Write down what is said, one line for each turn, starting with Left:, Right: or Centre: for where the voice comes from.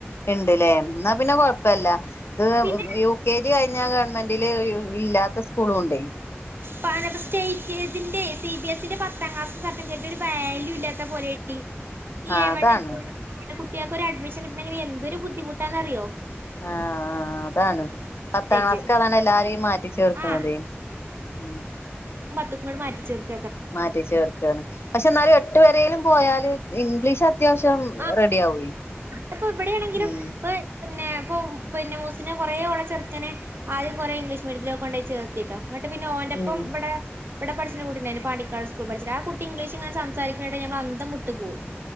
Left: ണ്ട്ല്ല എന്നാ പിന്നെ കൊഴപ്പല്ല ത്
Right: പിന്നെ
Left: യു കെ ജി കഴിഞ്ഞാ ഗവൺമെന്റില് ഇല്ലാത്ത സ്കൂളുണ്ടേ
Right: പാന സ്റ്റേറ്റ് ഇതിന്റെ സി ബി എസ്സിന്റെ പത്താം ക്ലാസ് സർട്ടിഫിക്കറ്റിലൊരു വാല്യൂ ഇല്ലാത്ത പോലെയീ ഈ
Left: ആഹ്
Right: എവണ്ണ
Left: അതാണ്
Right: ജ കുട്ടികൾക്കൊ അഡ്മിഷൻ കിട്ടണെങ്കി എന്തൊരു ബുദ്ധിമുട്ടാന്ന്റിയോ?
Left: ആ ആ അതാണ്. പത്താം
Right: സ്റ്റേറ്റ്
Left: ക്ലാസ്ക്ക അതാണ് എല്ലാരിം ഈ മാറ്റിച്ചേർക്ക്ണതേ
Right: ആ
Left: ഉം
Right: ബത്തും കൊണ്ട് മാറ്റി ചേർക്ക്
Left: മാറ്റി ചേർക്കാണ്. പക്ഷെ ന്നാലും എട്ടു വരേലും പോയാല് ഇംഗ്ലീഷ്
Right: ആ
Left: അത്യാവശ്യം
Right: ആ
Left: റെഡി യാവൊയി
Right: ഇപ്പൊ ഇവിടെയാണെങ്കിലും
Left: ഉം
Right: ഇപ്പൊ പിന്നെ ഇപ്പൊ പിന്നെ മൂസിനെ കൊറേ ഓളെ ചെറുക്കനെ ആദ്യം കുറേ ഇംഗ്ലീഷ് മീഡിയത്തിലൊക്കെ കൊണ്ട് ചേർത്തിട്ടോ ങ്ങട്ട് പിന്നെ ഓന്റെപ്പം
Left: ഉം
Right: വ്ടേ ഇവിടെ പഠിച്ചേന്നകുട്ടിണ്ടായിര്ന്നു. പാണ്ടിക്കാട് സ്കൂളിപഠിച്ചത്. ആ കുട്ടി ഇംഗ്ളീഷിങ്ങനെ സംസാരിക്ക്ണേട്ട ഞമ്മൾ അന്തംവ്ട്ട് പോവും.